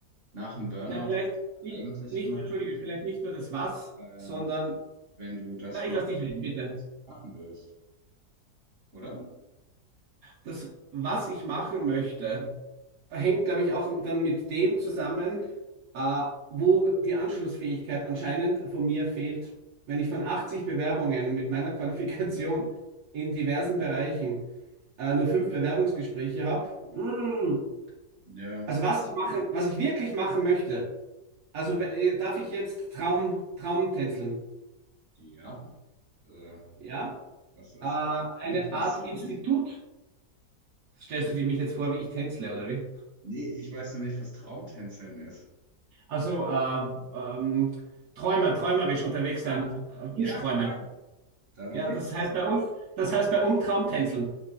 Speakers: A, on the right; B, on the right.
A: nach dem Burnout
B: Na, vielleicht
A: ist
B: nicht,
A: eigentlich
B: nicht,
A: immer
B: entschuldige,
A: eine gute
B: vielleicht nicht nur das Was,
A: Idee,
B: sondern,
A: wenn du das
B: na,
A: mal
B: ich lass dich reden, bitte.
A: machen willst, oder?
B: Das, was ich machen möchte, hängt,
A: Mhm.
B: glaube ich, auch dann mit dem zusammen, äh, wo die Anschlussfähigkeit anscheinend von mir fehlt. Wenn ich von 80 Bewerbungen mit meiner Qualifikation
A: Hm.
B: in diversen Bereichen äh, nur fünf Bewerbungsgespräche habe. Mm.
A: Ja,
B: Also was ich machen, was ich wirklich machen möchte. Also
A: Hm.
B: w- äh, darf ich jetzt Traum, Traum tänzeln?
A: ja. Äh,
B: Ja?
A: was, was,
B: Äh, eine
A: was ist Traumtänzeln?
B: Art Institut.
A: <laughs>
B: Stellst du dir mich jetzt vor, wie ich tänzle, oder wie?
A: Nee, ich weiß noch nicht, was Traumtänzeln ist.
B: Also äh, ähm, Träumer, träumerisch unterwegs sein,
A: Ah,
B: äh,
A: ja,
B: Wunschträume.
A: klar, darum
B: Ja,
A: geht's
B: das
A: doch.
B: heißt bei uns, das heißt bei uns Traumtänzeln.